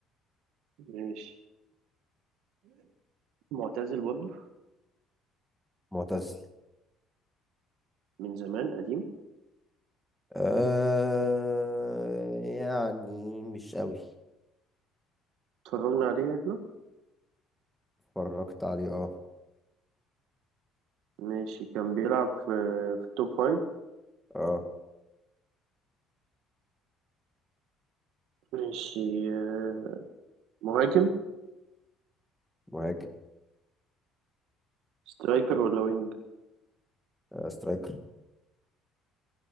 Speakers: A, on the right (about 75°); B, in the centre.
A: ماشي معتزل برضه
B: معتزل
A: من زمان قديم
B: أه يعني مش قوي
A: اتفرجنا عليه احنا
B: اتفرجت عليه اه
A: ماشي كان بيلعب في في التوب فايف
B: اه
A: ماشي آه، مهاجم
B: مهاجم
A: سترايكر ولا وينج
B: آه سترايكر